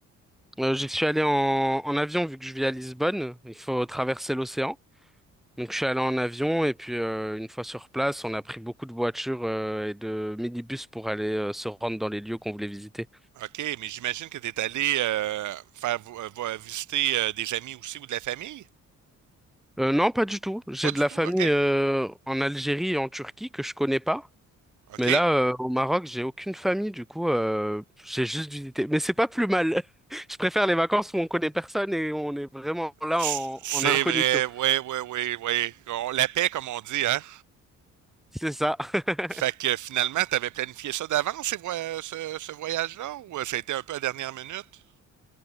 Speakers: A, in the centre; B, on the right.
A: Euh, j'y suis allé en, en avion vu que je vis à Lisbonne. Il faut traverser l'océan. Donc je suis allé en avion et puis euh, une fois sur place, on a pris beaucoup de voitures euh, et de minibus pour aller euh, se rendre dans les lieux qu'on voulait visiter.
B: OK, mais j'imagine que t'es allé euh, faire vo- euh, vo- euh, visiter euh, des amis aussi ou de la famille?
A: Euh, non, pas du tout. J'ai
B: Pas du
A: de la
B: tout,
A: famille
B: OK?
A: euh, en Algérie et en Turquie que je connais pas.
B: OK.
A: Mais là, euh, au Maroc, j'ai aucune famille, du coup, euh, j'ai juste visité. Mais c'est pas plus mal. <laughs> Je préfère les vacances où on connaît personne et on est vraiment là
B: C-
A: en,
B: C'est
A: en incognito.
B: vrai, ouais, ouais, ouais, ouais. On- la paix, comme on dit, hein?
A: C'est ça. <laughs>
B: Fait que finalement, t'avais planifié ça d'avance, ces voy- ce, ce voyage-là, ou euh, ça a été un peu à dernière minute?